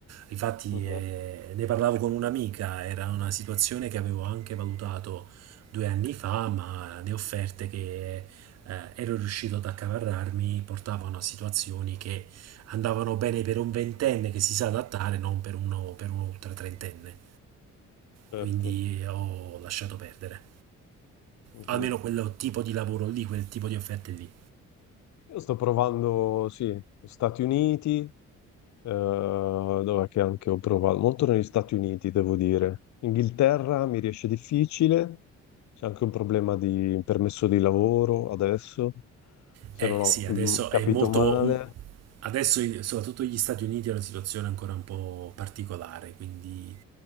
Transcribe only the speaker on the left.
mhm,
Certo.
mhm.
Io sto provando, sì, Stati Uniti, eh, dov'è che anche ho provato? Molto negli Stati Uniti, devo dire. Inghilterra mi riesce difficile, c'è anche un problema di permesso di lavoro adesso, se
non ho
mm, capito
male.